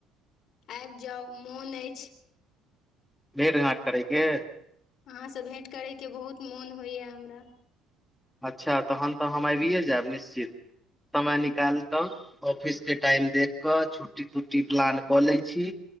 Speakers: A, on the left (about 45°); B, in the centre.
A: आब जाउ मोन अछि
B: भेट घाट करेके
A: अहाँसँ भेँट करयके बहुत मोन होइए हमरा
B: अच्छा तखन तऽ हम अबिये जायब निश्चित समय निकाल त ऑफिसके टाइम देख कऽ छुट्टी तुट्टी प्लान कऽ लै छी